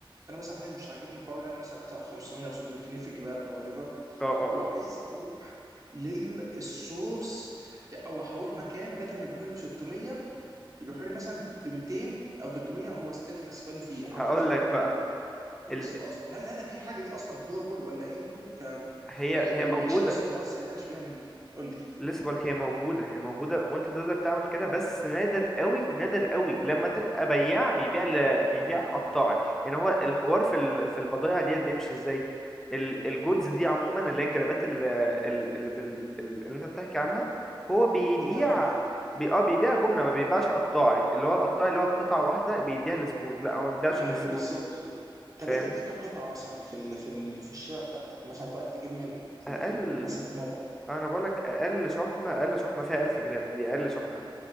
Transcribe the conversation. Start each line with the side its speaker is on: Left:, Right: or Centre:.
Right: انا مثلا حاليا مش عاجبني حوار ان انا مثلا ادفع 500 او 600 جنيه في جباب او وات ايفر
Centre: اه اه
Right: وعايز اروح للسورس او هروح مكان بدل ما يبيعوا لي ب 600 يبيعوا لي مثلا ب 200 او 300 وهو ستيل كسبان فيه او
Centre: هقول
Right: عايز اروح
Centre: لك بقى
Right: لل... تورس
Centre: ال...
Right: الاصل هل انا في حاجه دي اصلا دوبل ولا انتوا ك
Centre: هي
Right: يعني
Centre: هي
Right: ال-
Centre: موجودة
Right: الشخص الموزع ده مش بيعمل قول لي
Centre: لسه بقولك هي موجودة هي موجودة وانت تقدر تعمل كده بس نادر قوي نادر قوي لما تلقى بياع بيبيع ل... بيبيع قطاعي يعني هو الحوار في ال... في البضائع ديت بيمشي ازاي ال... الجودز دي عموما اللي هي الجرابات ال... ال... اللي, بال... ال- اللي انت بتحكي عنها هو بيبيع
Right: كلها جمله
Centre: بي... اه بيبيع جملة ما بيبيعش قطاعي اللي هو القطاعي اللي هو قطعة واحدة بيديها للزبون لا هو ما بيبيعش
Right: امم
Centre: للزبون
Right: بالظبط طب
Centre: فاهمني
Right: انت بتجيب كام قطعه مثلا في ال... في ال... في الشبكه بتاعتك مثلا انت رايح تجيب من في
Centre: اقل
Right: الم- مثلا في مره
Centre: انا بقولك اقل شحنة اقل شحنة فيها 1000 جرام دي اقل شحنة